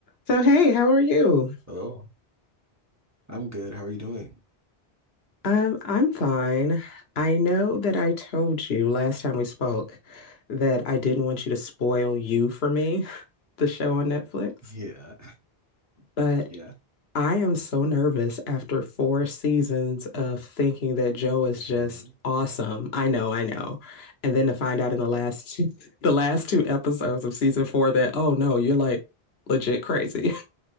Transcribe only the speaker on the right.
Hello, I'm good. How are you doing?
Yeah,
yeah,
hmm